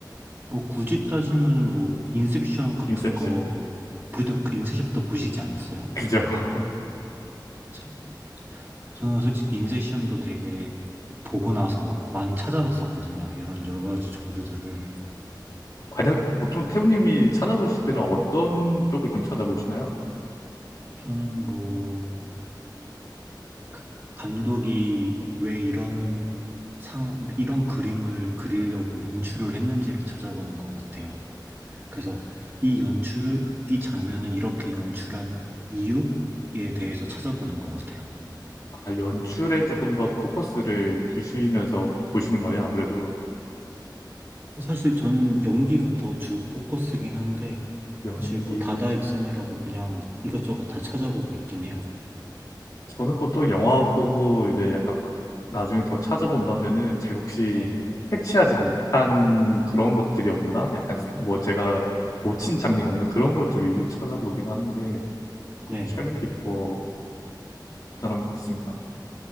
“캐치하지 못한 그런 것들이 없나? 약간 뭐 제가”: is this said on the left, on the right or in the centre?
Left